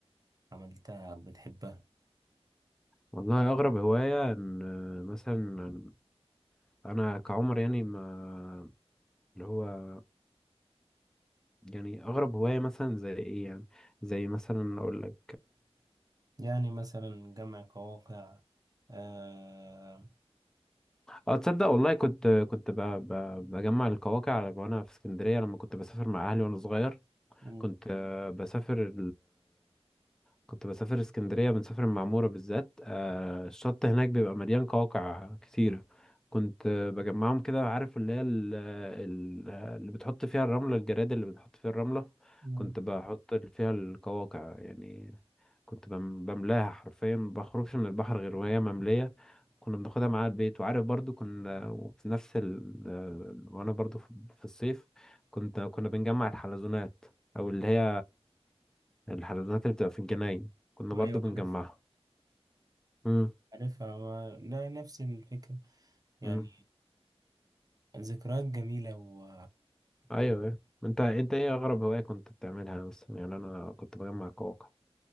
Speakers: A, on the right (about 35°); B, in the centre.
A: عملتها أو بتحبها
B: والله اغرب هوايه ان مثلا انا كعمر يعني ما اللي هو يعني اغرب هوايه مثلا زي ايه يعني زي مثلا اقول لك
A: يعني مثلا جمع قواقع آه...
B: اه تصدق والله كنت كنت ب... ب... بجمع القواقع وانا في اسكندريه لما كنت بسافر مع اهلي وانا صغير
A: مم.
B: كنت آه، بسافر كنت بسافر اسكندرية بنسافر المعمورة بالذات آه الشط هناك بيبقى مليان قواقع كتيرة كنت آه، بجمعهم كده عارف اللي هي ال- ال- اللي بتحط فيها الرملة الجراد اللي بتحط فيها الرملة
A: مم.
B: كنت بحط فيها القواقع يعني كنت بم- بملاها حرفيا ما بخرجش من البحر غير وهي مملية كنا بناخدها معاها البيت وعارف برضو كنا وفي نفس ال آه، وانا برضو في في الصيف كنت كنا بنجمع الحلزونات او اللي هي الحلزونات اللي بتبقى في الجناين كنا برضو
A: أيوة
B: بنجمعها
A: عارف
B: امم
A: عارفها ما... لا نفس الفكرة يعني
B: امم
A: آه، ذكريات جميلة و
B: ايوه ايوه انت انت ايه اغرب هواية كنت بتعملها بس يعني انا كنت بجمع كواكب